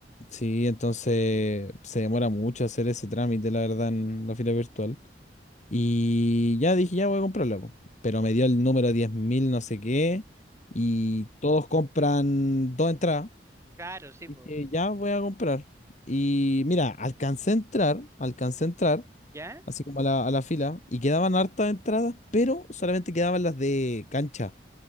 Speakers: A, on the left; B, on the right.
A: Sí, entonces se demora mucho hacer ese trámite, la verdad, en la fila virtual. Y ya dije, ya voy a comprarla, po. Pero me dio el número 10.000 no sé qué y todos compran dos entradas.
B: Claro, sí,
A: Dije,
B: pues.
A: ya voy a comprar. Y mira, alcancé a entrar, alcancé a entrar,
B: ¿Ya?
A: así como a la, a la fila, y quedaban hartas entradas, pero solamente quedaban las de cancha.